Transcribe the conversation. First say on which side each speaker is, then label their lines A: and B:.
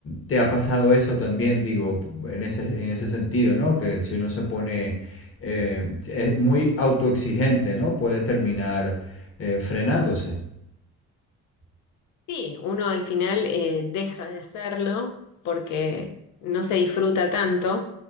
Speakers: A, on the left; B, on the left.
A: te ha pasado eso también, digo, en ese, en ese sentido, ¿no? Que si uno se pone eh, es muy autoexigente, ¿no? Puede terminar eh, frenándose.
B: Sí, uno al final eh, deja de hacerlo porque no se disfruta tanto.